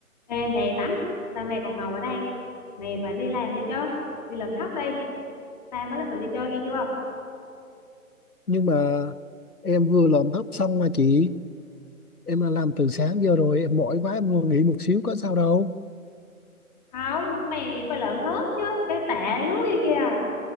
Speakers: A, on the left; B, on the left.
A: Ê này Tắm Sao mày còn ngồi ở đây Mày phải đi làm đi chứ Đi làm thóc đi Tao mới là người đi chơi nghe chưa
B: nhưng mà em vừa làm thấp xong mà chị em đã làm từ sáng giờ rồi em mỏi quá em muốn nghỉ một xíu có sao đâu
A: Không Mày phải lợm hết chứ Cái tạ lúa kia kìa